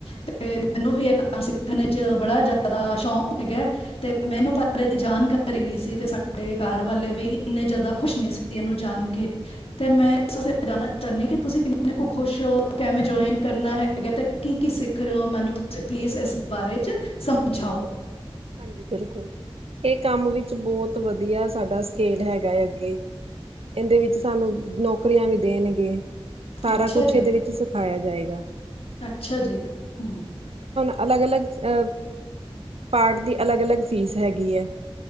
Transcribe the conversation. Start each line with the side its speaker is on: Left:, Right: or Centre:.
Left: ਤੇ ਮੈਨੂੰ ਵੀ ਇਹ ਕੰਮ ਸਿੱਖਣ ਚ ਬੜਾ ਜ਼ਿਆਦਾ ਸ਼ੌਕ ਹੈਗਾ, ਤੇ ਮੈਨੂੰ ਇਹਦੀ ਜਾਣਕਾਰੀ ਨੀ ਸੀ। ਤੇ ਸਾਡੇ ਘਰ ਵਾਲੇ ਵੀ ਇਨੇ ਜ਼ਿਆਦਾ ਖੁਸ਼ ਨੀ ਸੀ ਇਹਨੂੰ ਜਾਣ ਕੇ, ਤੇ ਮੈਂ ਜਾਣਨਾ ਚਾਹੁੰਦੀ ਆਾਂ ਕਿ ਤੁਸੀਂ ਕਿੰਨੇ ਕੁ ਖੁਸ਼ ਹੋ, ਕਿਵੇਂ ਜੁਇਨ ਕਰਨਾ ਹੈਗਾ ਤੇ, ਕੀ ਕੀ ਸਿੱਖ ਰਹੇ ਹੋ? ਮੈਨੂੰ ਤੁਸੀਂ ਪਲੀਜ਼ ਇਸ ਬਾਰੇ ਚ ਸਮਝਾਓ।
Right: ਹਾਂਜੀ ਬਿਲਕੁਲ। ਇਹ ਕੰਮ ਵਿੱਚ ਬਹੁਤ ਵਧੀਆ ਸਾਡਾ ਸਕੇਲ ਹੈਗਾ ਹੈ। ਅੱਗੇ ਇਹਦੇ ਵਿੱਚ ਸਾਨੂੰ ਨੌਕਰੀਆਂ ਵੀ ਦੇਣਗੇ। ਸਾਰਾ
Left: ਅੱਛਾ
Right: ਕੁਛ
Left: ਜੀ
Right: ਇਹਦੇ ਵਿੱਚ ਸਿਖਾਇਆ <inaudible>
Left: ਅੱਛਾ ਜੀ ਹਮ
Right: <unintelligible> ਪਾਰਟ ਦੀ ਅਲੱਗ ਅਲੱਗ ਫੀਸ ਹੈਗੀ ਹੈ। <unintelligible>